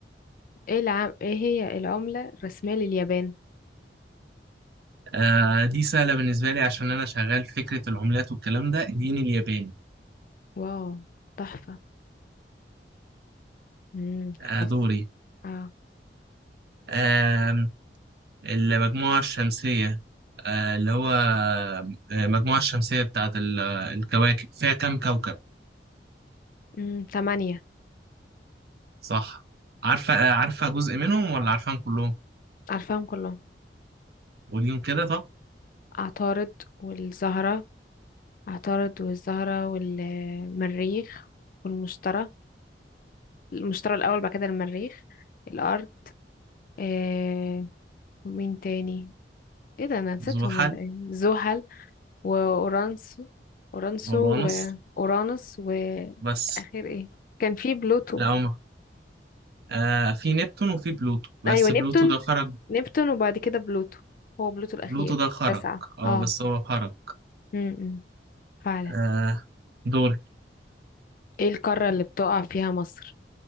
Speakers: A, on the left; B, on the right.
A: ايه العم... ايه هي العملة الرسمية لليابان
B: آه دي سهلة بالنسبة لي عشان أنا شغال في فكرة العملات والكلام ده الين الياباني
A: واو تحفة امم خلاص
B: آه، دوري
A: اه
B: آم، المجموعة الشمسية آه، اللي هو آه، المجموعة الشمسية بتاعت ال- الكواكب فيها كم كوكب
A: امم ثمانية
B: صح عارفة آه، عارفة جزء منهم ولا عارفاهم كلهم
A: عارفاهم كلهم
B: قوليهم كده طب
A: عطارد والزهرة عطارد والزهرة والمريخ والمشتري المشتري الأول بعد كده المريخ الأرض آه... ومين تاني ايه ده انا نسيتهم
B: زحل
A: ولا ايه زحل وأورانسو أورانسو
B: اورانوس
A: وأورانوس وآخر
B: بس
A: ايه كان في بلوتو
B: لا هما آه، في نبتون وفي بلوتو بس
A: ايوه
B: بلوتو
A: نبتون
B: ده خرج
A: نبتون وبعد كده بلوتو هو بلوتو الأخير
B: بلوتو ده خرج
A: تسعة
B: اه
A: اه
B: بس هو خرج
A: امم فعلا
B: آه، دوري
A: ايه القارة اللي بتقع فيها مصر